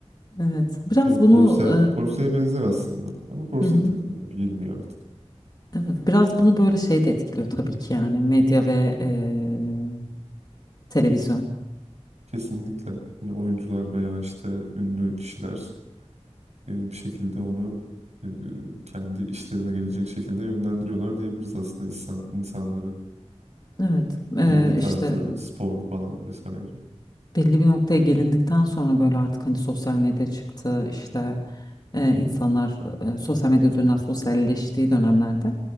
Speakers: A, on the left (about 35°); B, on the right (about 75°).
A: evet. Biraz
B: Hani korse,
A: bunu
B: korseye benzer aslında. Ama korse
A: e, hı hı.
B: takılmıyor, giyilmiyor artık.
A: Evet, biraz bunu böyle şey de etkiliyor tabii ki yani medya ve e, televizyon.
B: Kesinlikle. Hani oyuncular veya işte ünlü kişiler e, bir şekilde onu e, kendi işlerine gelecek şekilde yönlendiriyorlar diyebiliriz aslında insan, insanları.
A: Evet, e,
B: Yeme tarzı,
A: işte
B: spor falan vesaire.
A: belli bir noktaya gelindikten sonra böyle artık hani sosyal medya çıktı işte e, insanlar e, sosyal medya üzerinden sosyalleştiği dönemlerde